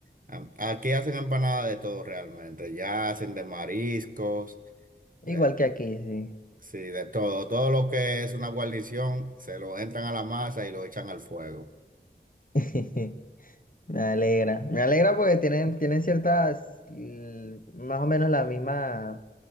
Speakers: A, on the right; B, on the left.
A: Am- aquí hacen empanadas de todo realmente. Ya hacen de mariscos, de,
B: Igual que aquí, sí.
A: sí, de todo. Todo lo que es una guarnición se lo entran a la masa y lo echan al fuego.
B: <laughs> Me alegra. Me alegra porque tienen, tienen ciertas, mm, más o menos la misma